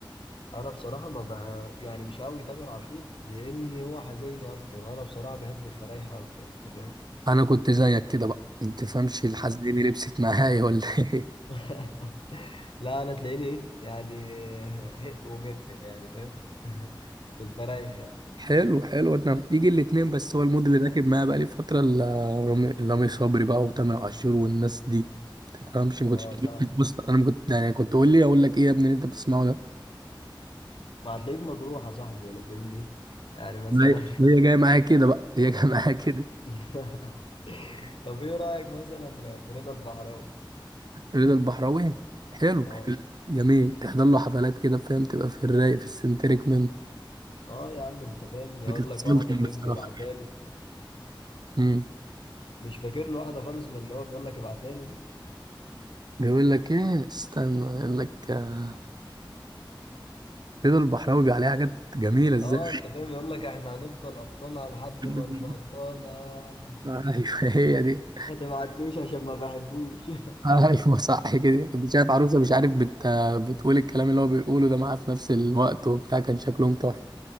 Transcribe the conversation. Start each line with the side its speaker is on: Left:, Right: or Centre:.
Left: انا بصراحه ما بع... يعني مش قوي تامر عاشور لاني هو حزيني اكتر وانا بصراحه بحب الفرايحه اكتر انت فاهم
Right: انا كنت زيك كده بقى انت تفهمش الحزيني لبست معايا ولا ايه <laughs>
Left: <laughs> لا انا تلاقيني ايه يعني هق ومق يعني فاهم <laughs> في الفرايح يعني
Right: حلو حلو انا بيجي الاتنين بس هو المود اللي راكب معايا بقى لي فتره ال- رامي رامي صبري بقى وتامر عاشور والناس دي تفهمش ما
Left: اه
Right: كنتش
Left: فاهم
Right: بص انا ما كنت يعني كنت تقول لي اقول لك ايه يا ابني اللي انت بتسمعه ده
Left: ما هتلاقيك مجروح يا صاحبي ولا فاهمني يعني مثلا
Right: هي هي جايه معايا كده بقى هي جايه <laughs> معايا كده
Left: <laughs> طب ايه رايك مثلا في رضا البحراوي
Right: رضا البحراوي حلو
Left: اه
Right: جميل تحضر له حفلات كده فاهم تبقى في الرايق في السنتريك منه
Left: اه يا عم انت فاهم يقول
Right: ما تتفصلش
Left: لك واحده
Right: منه
Left: فاهمني
Right: بصراحة
Left: ابعتها له
Right: امم
Left: مش فاكر له واحده خالص من اللي هو بيقول لك ابعتها له دي
Right: بيقول لك ايه استنى يقول لك آه، رضا البحراوي بيبقى عليه حاجات جميلة ازاي
Left: اه انت فاهم يقول لك احنا هنفضل ابطالها لحد
Right: <laughs>
Left: ما نبطلها
Right: ايوه هي دي
Left: <laughs> ما تبعتلوش عشان ما بحبوش <laughs>
Right: ايوه صح كده كنت شايف عروسه مش عارف بت... بتقول الكلام اللي هو بيقوله ده معاه في نفس الوقت وبتاع كان شكلهم تحفه